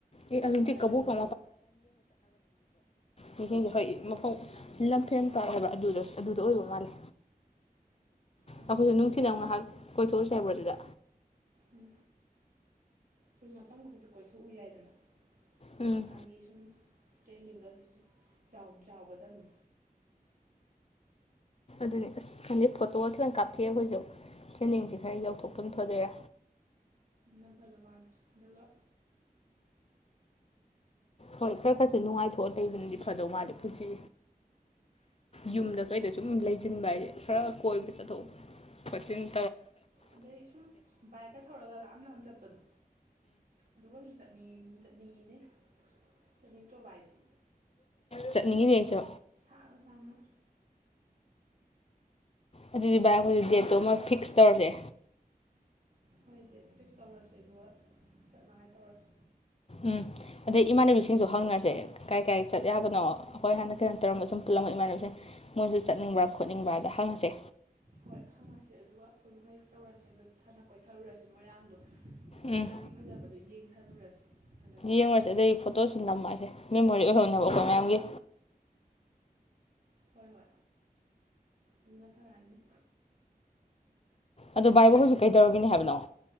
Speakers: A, on the left; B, on the right.
A: ꯑꯦ
B: ꯑꯦꯄꯜ
A: ꯑꯗꯨꯗꯤ
B: ꯐꯥꯔꯝꯒꯥ
A: ꯀꯕꯣꯀ
B: ꯆꯠꯅꯤꯡꯗ꯭ꯔꯣ
A: ꯃꯤꯈꯩ
B: ꯑꯗꯨꯅꯤ
A: ꯍꯣꯏ ꯃꯈꯣꯡ ꯂꯝ ꯐꯦꯟ ꯄꯥꯠ ꯍꯥꯌꯕ ꯑꯗꯨꯗꯁꯨ ꯑꯗꯨꯗ ꯑꯣꯏꯕ
B: ꯑꯥ
A: ꯃꯥꯜꯂꯤ
B: ꯑꯗꯨꯅꯤ
A: ꯑꯩꯈꯣꯏꯁꯨ ꯅꯨꯡꯊꯤꯅꯗ
B: ꯑꯩꯈꯣꯏꯅ
A: ꯑꯃ ꯉꯥꯏꯍꯥꯛ ꯀꯣꯏꯊꯣꯛꯎꯁꯦ ꯍꯥꯏꯕ꯭ꯔꯣ ꯑꯗꯨꯗ
B: ꯎꯝ ꯍꯣꯏ ꯉꯥꯛꯇꯪꯕꯥꯑꯣꯗꯤ ꯀꯣꯏꯊꯣꯛꯎ ꯌꯥꯏꯗꯅ
A: ꯎꯝ
B: ꯍꯧꯖꯤꯛꯀꯥꯟꯒꯤ ꯁꯨꯝ ꯇ꯭ꯔꯦꯟꯗꯤꯡ ꯒꯟꯁꯤꯁꯨ ꯌꯥꯎꯒꯗꯃꯅꯤ
A: ꯑꯗꯨꯅꯤ ꯑꯁ ꯈꯟꯗꯦ ꯐꯣꯇꯣꯒ ꯈꯤꯇꯪ ꯀꯥꯞꯊꯦꯑ ꯑꯩꯈꯣꯏꯁꯨ ꯇ꯭ꯔꯦꯟꯅꯤꯡꯁꯦ ꯈꯔ ꯌꯎꯊꯣꯛꯄꯅ ꯐꯗꯣꯏꯔꯥ
B: ꯑꯗꯨꯅ ꯐꯥꯗꯧ ꯃꯥꯜꯂꯤ ꯑꯗꯨꯒ
A: ꯍꯣꯏ ꯐꯔ ꯈꯔꯁꯨ ꯅꯨꯡꯉꯥꯏꯊꯣꯛꯑ ꯂꯩꯕꯅꯗꯤ ꯐꯗꯧ ꯃꯥꯜꯂꯤ ꯄꯨꯅꯁꯤ ꯌꯨꯝꯗ ꯀꯩꯗ ꯁꯨꯝ ꯂꯩ ꯁꯤꯟꯕ ꯍꯥꯏꯁꯤ ꯈꯔ ꯀꯣꯏꯕ ꯆꯠꯊꯣꯛ ꯈꯣꯠꯆꯤꯟ
B: ꯑꯗꯩ ꯁꯨꯝ ꯕꯥꯏꯛꯀ ꯊꯧꯔꯒ ꯂꯥꯞꯅ ꯂꯥꯞꯅ ꯆꯠꯄꯗꯣ ꯑꯗꯨꯒꯁꯨ ꯆꯠꯅꯤꯡꯉꯤ ꯆꯠꯅꯤꯡꯉꯤꯅꯦ ꯆꯠꯅꯤꯡꯇꯔꯣ ꯕꯍꯥꯏꯗꯤ
A: ꯆꯠꯅꯤꯉꯤꯅꯤ ꯑꯩꯁꯨ
B: ꯁꯥꯡꯅ ꯁꯥꯡꯅ
A: ꯑꯗꯨꯗꯤ ꯚꯥꯏ ꯑꯩꯈꯣꯏ ꯗꯦꯠꯇꯣ ꯃꯣꯏ ꯐꯤꯛꯁ ꯇꯧꯔꯁꯦ꯫
B: ꯍꯣꯏ ꯗꯦꯠ ꯐꯤꯛꯁ ꯇꯧꯔꯁꯤ ꯑꯗꯨꯒ ꯆꯠꯅꯉꯥꯏ ꯇꯧꯔꯁꯤ꯫
A: ꯎꯝ ꯑꯗꯩ ꯏꯃꯥꯟꯅꯕꯤꯁꯤꯡꯁꯨ ꯍꯪꯅꯔꯁꯦ ꯀꯥꯏ ꯀꯥꯏ ꯆꯠ ꯌꯥꯕꯅꯣ ꯑꯩꯈꯣꯏ ꯍꯥꯟꯅ ꯀꯩꯅꯣ ꯇꯧꯔꯝꯕ ꯁꯨꯝ ꯄꯨꯜꯂꯝꯃ ꯏꯃꯥꯟꯅꯕꯤꯁꯤꯡ ꯃꯣꯏꯁꯨ ꯆꯠꯅꯤꯡꯕ꯭ꯔꯥ ꯈꯣꯠꯅꯤꯡꯕ꯭ꯔꯥꯗ ꯍꯪꯉꯁꯦ꯫
B: ꯍꯣꯏ ꯍꯪꯉꯁꯤ ꯑꯗꯨꯒ ꯍꯣꯏ ꯍꯩ ꯇꯧꯔꯁꯦ ꯑꯗꯨ ꯊꯅ ꯀꯣꯏ ꯊꯔꯨꯔꯁꯦ ꯃꯣꯏꯔꯥꯡꯗꯣ꯫
A: ꯎꯝ
B: ꯃꯣꯏꯔꯥꯡꯒꯤ ꯐꯖꯕꯗꯣ ꯌꯦꯡꯊꯔꯨꯔꯁꯤ꯫ ꯍꯟꯗꯛ
A: ꯌꯦꯡꯉꯨꯔꯁꯦ ꯑꯗꯩ ꯐꯣꯇꯣꯁꯨ ꯅꯝꯃꯛꯁꯦ ꯃꯦꯃꯣꯔꯤ ꯑꯣꯏꯍꯧꯅꯕ ꯑꯩꯈꯣꯏ ꯃꯌꯥꯝꯒꯤ꯫
B: ꯍꯣꯏ ꯍꯣꯏ꯫ ꯑꯗꯨꯅ ꯐꯔꯅꯤ꯫
A: ꯑꯣ ꯚꯥꯏꯕꯨ ꯍꯧꯖꯤꯛ ꯀꯩꯗꯧꯔꯕꯅꯤ ꯍꯥꯏꯕꯅꯣ꯫